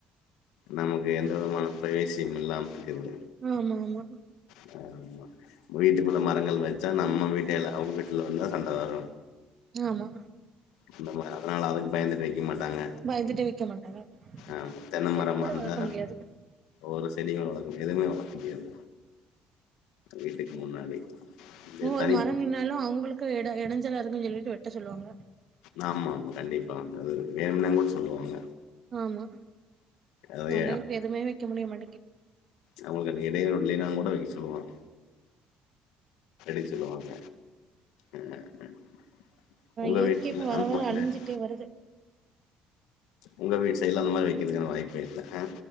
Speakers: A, on the left; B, on the right.
A: நமக்கு எந்த விதமான ப்ரைவேசியு இல்லாமருக்குது
B: ஆமாமா
A: வேறன்னா வீட்டுக்குள்ள மரங்கள் வச்சா நம்ம வீட்ட ல அவுங்க வீட்டுலருந்தா சண்ட வரு
B: ஆமா
A: அந்தமார் அதனால அதுக்கு பயந்துட்டு வைக்க மாட்டாங்க
B: பயந்துட்டே விக்க மாட்டாங்க
A: ஆமா தென்ன
B: ஒரு செடி
A: மரமா
B: கூட
A: இருந்தா
B: வளக்க முடியாது
A: ஒரு செடிகூட வளக்க முடியாது எதுமே வளக்க முடியாது வீட்டுக்கு முன்னாடி இதேதா
B: ஒரு மரம் நின்னாலு அவுங்குளுக் கு எட எடஞ்சாலுருக்குனு சொல்லிட்டு வெட்ட சொல்லுவாங்க
A: நாமாமா கண்டிப்பா அந்த இது வேணும்னேங்கூட சொல்லுவாங்க
B: ஆமா
A: அது
B: நல்லவே இப்ப எதுமே வெக்க முடிய மாட்டேங்கி
A: அவுங்குளுக்கு அந்த இடையூறு இல்லேனாங்கூட வக்க சொல்லுவாங்க இ சொல்லுவாங்க ம் ம் ஒங்க
B: இயற்கை
A: வீட்ல
B: இப்ப வர
A: அந்த
B: வர அழிஞ்சிட்டே
A: மாரி <inaudible>
B: வருது
A: ஒங்க வீட் சைட்ல அந்த மாரி வைக்கிறதுக்கான வாய்ப்பே இல்ல அ